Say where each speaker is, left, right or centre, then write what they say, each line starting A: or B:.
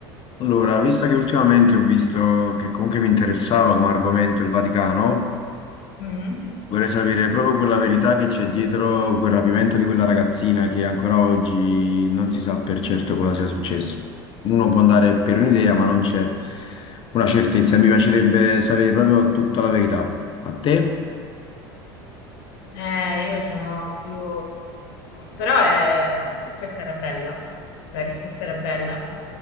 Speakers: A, on the left; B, on the left.
A: Allora, visto che ultimamente ho visto che comunque mi interessava come argomento il Vaticano,
B: Mh.
A: Vorrei sapere proprio quella verità che c'è dietro quel rapimento di quella ragazzina che ancora oggi non si sa per certo cosa sia successo. Uno può andare per un'idea, ma non c'è una certezza. Mi piacerebbe sapere proprio tutta la verità. A te?
B: Eh, io sono più però, ehm, questa era bella, la risposta era bella.